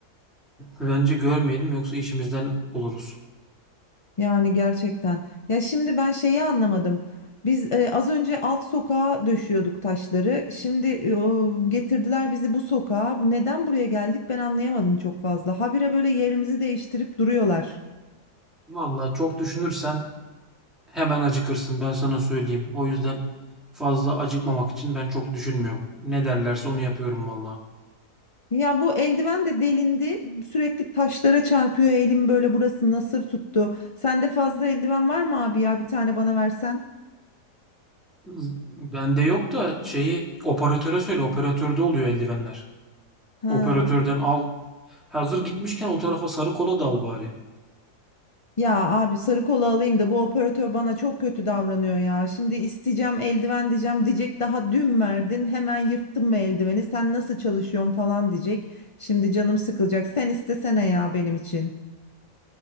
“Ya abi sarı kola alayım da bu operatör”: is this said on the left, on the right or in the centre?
Left